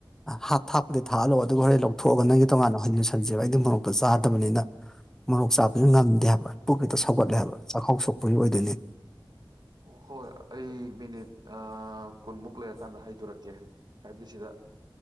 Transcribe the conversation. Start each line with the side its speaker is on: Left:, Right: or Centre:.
Centre: ꯍꯥꯠ ꯊꯥꯛꯄꯗꯤ ꯊꯥꯛꯍꯜꯂꯣ ꯑꯗꯨꯒ ꯍꯣꯔꯦꯟ ꯂꯧ ꯊꯣꯛꯒꯅ ꯍꯟ ꯂꯁꯤꯟꯁꯦꯕ ꯑꯩ ꯑꯗꯨ ꯃꯣꯔꯣꯛꯇ ꯆꯥꯗꯕꯅꯤꯅ ꯃꯣꯔꯣꯛ ꯆꯥꯕꯁꯨ ꯉꯝꯗꯦ ꯍꯥꯏꯕ ꯄꯨꯛ ꯍꯦꯠꯇ ꯁꯧꯒꯠꯂꯦ ꯍꯥꯏꯕ ꯆꯥꯛꯈꯥꯎ ꯁꯣꯛꯄꯩ ꯑꯣꯏꯗꯣꯏꯅꯦ
Right: ꯍꯣꯏ ꯑꯩ ꯃꯤꯅꯤꯠ ꯀꯨꯟꯃꯨꯛ ꯂꯩꯔꯀꯥꯟꯗ ꯍꯥꯏꯗꯣꯔꯛꯀꯦ ꯍꯥꯏꯕꯤ ꯁꯤꯗ